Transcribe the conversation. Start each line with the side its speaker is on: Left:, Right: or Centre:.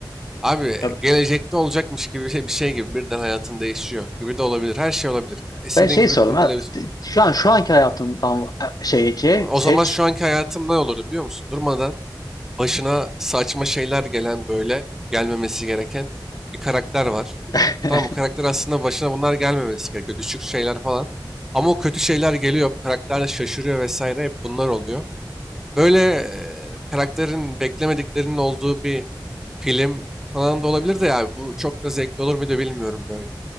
Centre: Abi
Left: Ya
Centre: gelecekte olacakmış gibi bir şey, bir şey gibi birden hayatın değişiyor gibi de olabilir. Her şey olabilir. E, İstediğin
Left: Ben şey
Centre: gibi
Left: sordum
Centre: kurgulayabilirsin.
Left: ha, t- şu an şu anki hayatından şeyce
Centre: O
Left: seç
Centre: zaman şu anki hayatım ne olurdu biliyor musun? Durmadan başına saçma şeyler gelen böyle gelmemesi gereken bir karakter var.
Left: <laughs>
Centre: Tamam bu karakter aslında başına bunlar gelmemesi gerekiyor. Düşük şeyler falan. Ama o kötü şeyler geliyor. Bu karakter de şaşırıyor vesaire. Hep bunlar oluyor. Böyle eee, karakterin beklemediklerinin olduğu bir film falan da olabilir de ya bu çok da zevkli olur muydu bilmiyorum böyle.